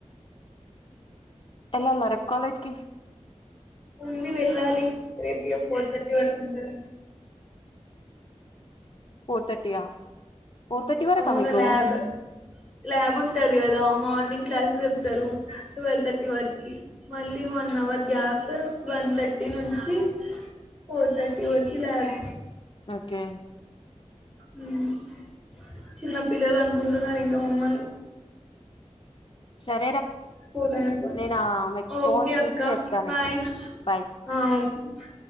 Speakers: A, on the left; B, in the centre.
A: ఎల్లాలా రేపు కాలేజ్ కి
B: ఉంది వెళ్ళాలి రేపు ఇక ఫోర్ థర్టీ వరకు ఉంటద
A: four thirty yeah four thirty వరకా
B: అవును
A: మీకు
B: ల్యాబ్. ల్యాబ్ ఉంటది గదా మార్నింగ్ క్లాసెస్ చెప్తారు ట్వల్వ్ థర్టీ వరకి మళ్ళీ one hour gap one thirty నుంచి ఫోర్ థర్టీ వరకి ల్యాబ్
A: ఓకే
B: హ్మ్ చిన్న పిల్లలు అనుకుంటున్నారు ఇంకా మమ్మల్ని
A: <unintelligible>
B: స్కూల్ ఎనక
A: నేను ఆమెకు
B: ఓకే
A: ఫోన్
B: అక్కా
A: చేసి చెప్తా
B: బాయ్ఆ
A: నీకు బాయ్
B: ఓకే